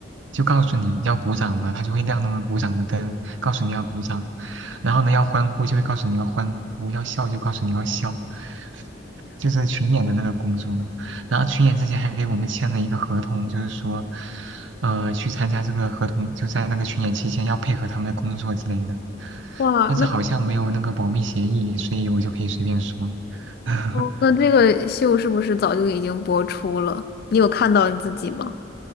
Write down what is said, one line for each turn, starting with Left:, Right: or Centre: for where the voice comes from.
Right: 就告诉你要鼓掌了，他就会亮那个鼓掌的灯，告诉你要鼓掌，然后呢，要欢呼就会告诉你要欢呼，要笑就告诉你要笑，<laughs> 就是群演的那个工作嘛。然后群演之前还给我们签了一个合同，就是说，呃，去参加这个合同，就在那个群演期间要配合他们的工作之类的。
Left: 哇，
Right: 但是好像没有那个保密协议，
Left: 那
Right: 所以我就可以随便说。<laughs>
Left: 哦那这个秀是不是早就已经播出了？你有看到你自己吗？